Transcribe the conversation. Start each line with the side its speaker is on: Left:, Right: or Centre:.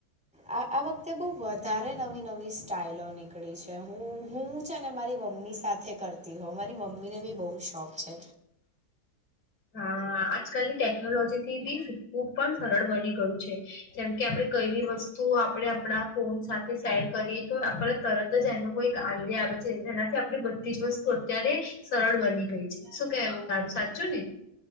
Centre: આ આ વખતે બહુ વધારે મારે નવી નવી સ્ટાઇલો નીકળી છે હું હું છે મારી મમ્મી સાથે કર હો મારી મમ્મીને બી બહુ શોખ છે
Left: હા આજકાલની ટેકનોલોજી થી બી શીખવું પણ સરળ બની ગયું છે જેમ કે આપણે કઈવી વસ્તુ તો આપણે આપણા ફોન સાથે શેર કરી તો આપણા તરત જ એનો કોઈ આઈડિયા આવે છે જેનાથી આપણે બધી જ વસ્તુ અત્યારે સરળ બની ગઈ છે શું કેવું તારું સાચું ને